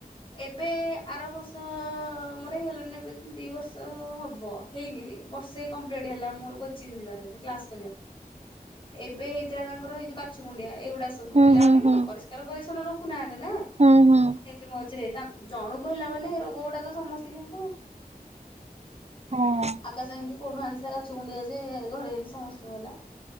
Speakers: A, on the left; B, on the right.
A: ଏବେ ଆର ବର୍ଷ ମୋର ହେଇଗଲାଣି ଏବେ ଦି ବର୍ଷ ହବ ହେଇନି। ବର୍ଷେ କମ୍ପିଲିଟ ହେଲା ମୋର କୋଚିଂ ଯିବାରେ କ୍ଲାସ କରିବା। ଏବେ ହେଇଥିଲା ତାଙ୍କର ଏଇ ଯୋଉ କାଛୁ କୁଣ୍ଡିଆ। ଆଁ ସବୁ
B: ହୁଁ
A: ପିଲାମାନୋନ
B: ହୁଁ ହୁଁ
A: କଣ ପରିଷ୍କାର ପରିଚ୍ଛନ୍ନତା ରଖୁନାହାନ୍ତି ନା
B: ହୁଁ ହୁଁ
A: ସେମିତି ମଝିରେ ଜଣକୁ ହେଲା ମାନେ ରୋଗ ଗୁଡାକ ସମସ୍ତିଙ୍କୁ ହବ।
B: ହଁ।
A: ଆକାଶ ଏମିତି କୋଉଠୁ ଆଣିଥିଲା କାଛୁ କୁଣ୍ଡିଆ ଯେ ଘରେ ଏମିତି ସମସ୍ତଙ୍କୁ ହେଲା।